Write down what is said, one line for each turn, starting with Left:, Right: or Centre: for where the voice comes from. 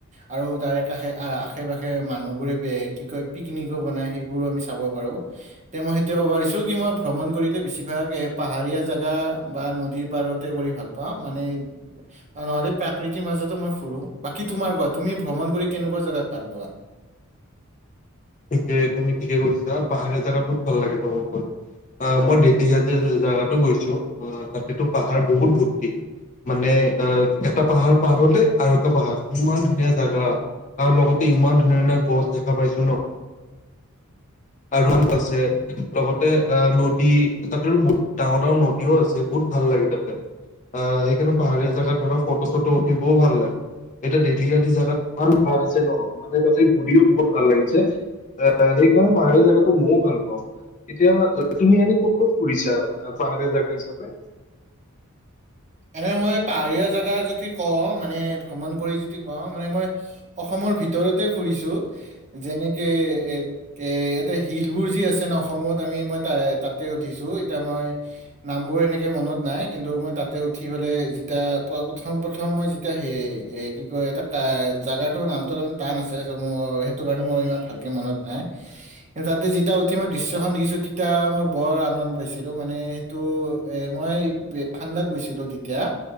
Right: আৰু তাৰে কাষে আশে পাশে মানুহ বোৰে কি কয় পিকনিকো বনাই, সেইবোৰো আমি চাব পাৰো, তে মই সেইটোে ক'ব পাৰিছো কি মই ভ্ৰমণ কৰিলে বেছি ভাগ এ পাহাৰীয়া জোগা বা নদীৰ পাৰতে কৰি ভাল পাও, মানে নহলে প্ৰাকৃতিৰ মাজতো মই ফুৰো। বাকী তোমাৰ কুৱা, তুমি ভ্ৰমণ কৰি কেনেকুৱা জেগাত ভাল পোৱা?
Left: ঠিকে তুমি ঠিকে কৈছা, পাহাৰীয়া জোগাত বহুত ভাল লাগে ভ্ৰমণ কৰি, অঁ মই দেত যে জেগাতো গৈছো, অঁ তাতেতো পাহাৰ বহুত ভ্তি, মানে আহ এটা পাহাৰ পাৰ হলে আৰু এটা পাহাৰ, ইমান ধুনীয়া জোগা আৰু লগতে ইমান ধুনীয়া ধুনীয়া গছ দেখা পাইছো ন ৰা <unintelligible> আছে, লগতে আহ নদী তাতেৰু বহুত ডাঙৰ ডাঙৰ নদীও আছে, বহুত ভাল লাগে তাতে। অঁ, সেইকাৰণে পাহাৰীয়া জোগাত ধৰক ফটো চটো উঠিবও ভাল লাগে। এতিয়া দেলহি আদি জোগাত ই পাৰ আছে ন মানে তাতে ঘূৰিও বহুত ভাল লাগিছে, এ সেইকাৰণে পাহাৰীয়া জোগাতটো ময়ও ভাল পাও। এতিয়া তুমি এনে ক'ত ক'ত ফুৰিছা, পাহাৰীয়া জেগা হিচাপে?
Right: এনে মই পাহাৰীয়া জোগা যদি কওঁ মানে ভ্ৰমণ কৰি যদি কওঁ মানে মই অসমৰ ভিতৰতে ফুৰিছো যেনেকে এ এ এটা হিলবোৰ যি আছে ন অসমত আমি মই ত তাতে উঠিছো এতিয়া মই নামবোৰ এনেকে মনত নাই কিন্তু মই তাত, তাতে উঠি পেললে যেতিয়া প্ৰথম প্ৰথম মই যেতিয়া সেই, এ কি কয়, এটা জাগাটো নামটো অলপমান টান আছে চ মোৰ সেইটো কাৰণে মোৰ ইমান ভালকে মনত নাই, কি তাতে যেতিয়া উঠি মই দৃশ্যখন দিখীছো তেতিয়া মই বৰ আনন্দ পাইছিলো, মানে সেইটো এ মই ঠাণ্ডাত গৈছিলো তেতিয়া,